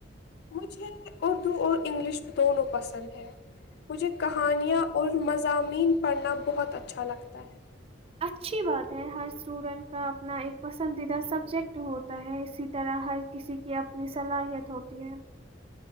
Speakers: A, on the left (about 60°); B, on the right (about 30°).
A: مجھے اردو اور انگلش دونوں پسند ہے مجھے کہانیاں اور مز زضامین پڑھنا بہت اچھا لگتا ہے
B: اچھی بات ہے ہر اسٹوڈنٹ کا اپنا ایک پسندیدہ سبجیکٹ ہوتا ہے اسی طرح ہر کسی کی اپنی صلاحیت ہوتی ہے